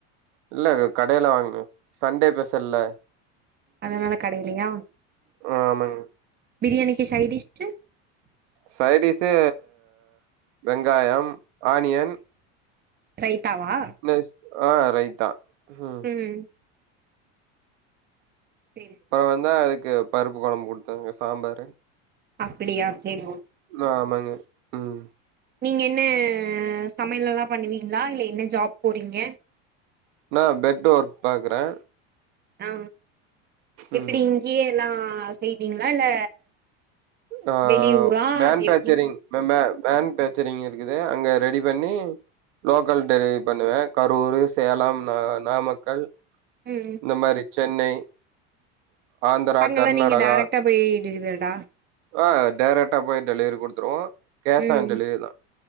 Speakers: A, on the right; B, on the right.
A: இல்ல கடையில வாங்குனே சண்டே பெஸல்ல
B: அதனால கடையிலயா
A: ஆமாங்க
B: பிரியாணிக்கு சைடிஷ்ஷு
A: சைடிஸ்சு வெங்காயம் ஆனியன்
B: ரைத்தாவா
A: நெஸ் ஆ ரைத்தா ம்
B: ம் சேரி
A: பறவந்தா அதுக்கு பருப்பு கொழம்பு குடுத்தங்க சாம்பாரு
B: அப்படியா செரி ஓ
A: ஆமாங்க ம்
B: நீங்க என்ன சமையலெல்லா பண்ணுவீங்ளா இல்ல என்ன ஜாப் போறீங்க
A: நா பெட்டு ஒர்க் பாக்குறே
B: ஆ எப்படி
A: ம்
B: இங்கியே எல்லா செய்வீங்ளா இல்ல
A: ஆ
B: வெளியூரா
A: மேனுஃபேக்சரிங்
B: எப்டி
A: மே ம‌ மேனுஃபேக்சரிங் இருக்குது அங்க ரெடி பண்ணி லோக்கல் டெலிவெரி பண்ணுவே கரூரு சேலம் ந நாமக்கல்
B: ம்
A: இந்த மாரி சென்னை ஆந்தரா
B: அங்கெல்லா
A: கர்நாடகா
B: நீங்க டேரக்டா போய் டெலிவரிடா
A: ஆ டேரெக்டாக போய் டெலிவரி குடுத்துடுவோ கேஷ்
B: ம்
A: ஆன் டெலிவரி தா